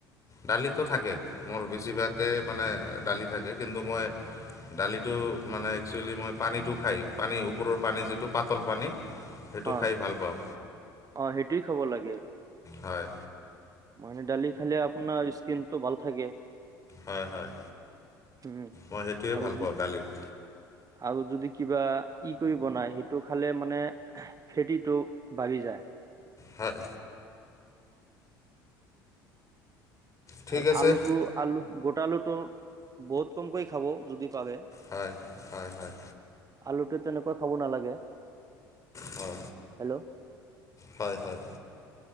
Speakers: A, on the left (about 30°); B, on the right (about 30°).
A: দালিতো থাকে, মোৰ বেছিভাগেই মানে দালি থাকে। কিন্তু মই দালিটো মানে একচুৱেলি মই পানীটো খাই পানী ওপৰৰ পানী যিটো, পাতল পানী সেইটো
B: অ,
A: খাই ভাল পাওঁ
B: অ সেইটো খাব লাগে।
A: হয়
B: মানে ডালি খালে আপোনাৰ স্কিনটো ভাল থাকে।
A: হয়, হয়।
B: উম
A: মই সেইটোৱে
B: আৰু
A: ভাল পাওঁ দালিত
B: আৰু যদি কিবা ই কৰি বনায়, সেইটো খালে মানে ফেটিটো বাঢ়ি যায়।
A: হয়। ঠিক
B: আৰু
A: আছে
B: আলুটো আলু গোটা আলুটো বহুত কমকৈ খাব যদি পাৰে
A: হয়, হয় হয়
B: আলুটো তেনেকুৱা খাব নালাগে।
A: হয়,
B: হেল্ল'
A: হয়, হয়